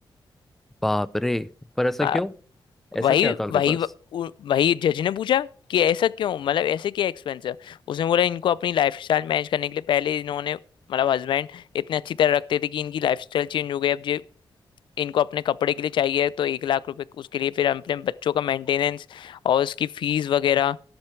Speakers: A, in the centre; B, on the left.
A: बाप रे पर ऐसा
B: हाँ,
A: क्यों ऐसा
B: वही
A: क्या था आपके
B: वही
A: पास
B: उ- वही जज ने पूछा कि ऐसा क्यों मतलब ऐसे क्या एक्सपेंस है उसने बोला इनको अपनी लाइफ स्टाइल मैनेज करने के लिए पहले इन्होंने मतलब हस्बैंड इतने अच्छी तरह रखते थे कि इनकी लाइफ स्टाइल चेंज हो गई अब ये इनको अपने कपड़े के लिए चाहिए तो एक लाख रुपए उसके लिए फिर अपने बच्चों का मेंटेनेंस और उसकी फीस वगैरह